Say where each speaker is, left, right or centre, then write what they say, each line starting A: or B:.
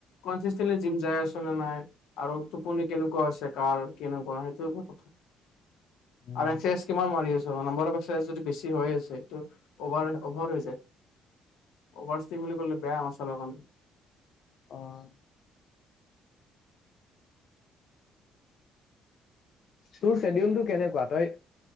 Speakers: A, on the left (about 80°); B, on the left (about 60°).
A: কনচিেটল জিম যাই আছ নে নাই আৰু টোপনি কেনেকুৱা হৈছে কাৰ কেনেকুৱা সেইটো এক কথা
B: উম,
A: আৰু এক্সাৰচাইজ কিমান মাৰি আছ নম্ব অ একাইজ যদি বেছি হৈ আছে? অভাৰ- অভাৰ হৈ যায় অভাৰ চিম বুলি কলে বেয়া মাচালৰ পাম।
B: আহ', তোৰ চেদিউলটো কেনেকুৱা তই